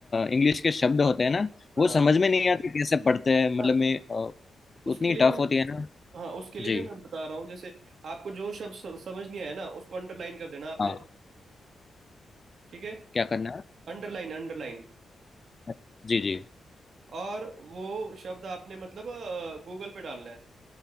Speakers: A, on the left; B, on the right.
A: इंग्लिश के शब्द होते हैं ना
B: हाँ
A: वो समझ में नहीं आते कैसे पढ़ते हैं मतलब
B: हाँ
A: मैं अ,
B: उसके
A: उतनी
B: लिए
A: टफ
B: भी
A: होती है ना
B: हाँ उसके लिए
A: जी
B: भी मैं बता रहा हूँ जैसे आपको जो शब्द स- समझ नहीं आया ना उसको अंडरलाइन कर देना आपने
A: हाँ
B: ठीक है
A: क्या करना
B: अंडरलाइन अंडरलाइन
A: है जी जी
B: और वो शब्द आपने मतलब गूगल पे डालना है